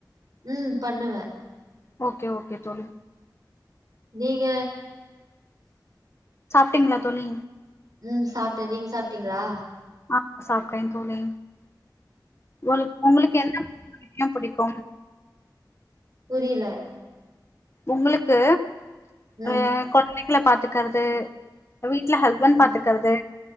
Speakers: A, on the right; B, on the left.
A: ம் பண்ணுவே
B: ஓகே ஓகே தோழி
A: நீங்க
B: சாப்டீங்ளா தோழி
A: ம் சாப்ட நீங் சாப்டீங்ளா
B: ஆ சாப்டே தோழி உ உங்களுக்கு என்ன <inaudible> என்ன புடிக்கு
A: புரியல
B: உங்களுக்கு
A: ம்
B: ஆ கொழந்தைகள பாத்துக்கறது வீட்ல ஹஸ்பண்ட்
A: ம்
B: பாத்துக்கறது